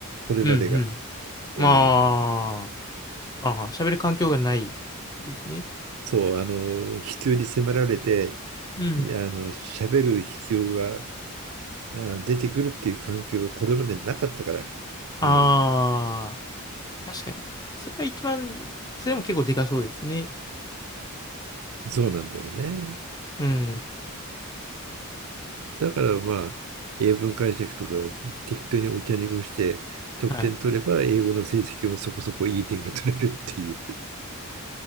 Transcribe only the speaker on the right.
これまでが。
うん。
そう、あの、必要に迫られて、
あの、喋る必要があ出てくるっていう環境がこれまでなかったから、
うん、
そうなんだよね。
だからまあ、英文解釈とか適当にお茶に濁して得点取れば、
英語の成績もそこそこいい点が取れるっていう。